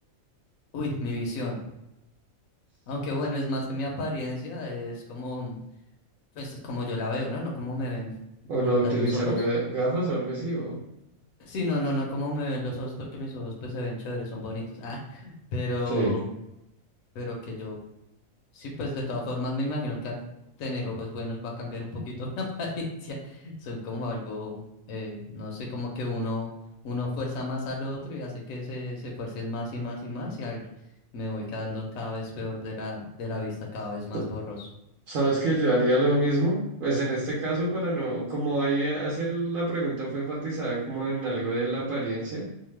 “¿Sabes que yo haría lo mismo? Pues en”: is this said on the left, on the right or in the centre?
Right